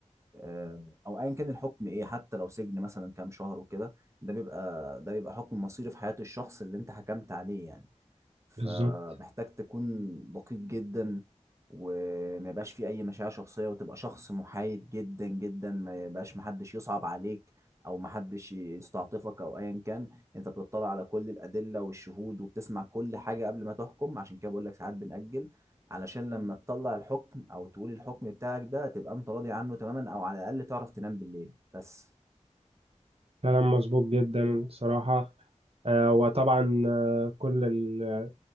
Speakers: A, on the right; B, on the right.
A: آه، او ايا كان الحكم ايه حتى لو سجن مثلا كام شهر وكده ده بيبقى ده بيبقى حكم مصيري في حياة الشخص اللي انت حكمت عليه يعني
B: بالظبط
A: فمحتاج تكون دقيق جدا وما يبقاش فيه اي مشاعر شخصيه وتبقى شخص محايد جدا جدا ما يبقاش محدش يصعب عليك او محدش يستعطفك او ايا كان انت بتطلع على كل الادله والشهود وبتسمع كل حاجه قبل ما تحكم عشان كده بقول لك ساعات بنأجل علشان لما تطلع الحكم او تقول الحكم بتاعك ده تبقى انت راضي عنه تماما او على الاقل تعرف تنام بالليل بس
B: كلام مظبوط جدا صراحة آه، وطبعا آه، كل ال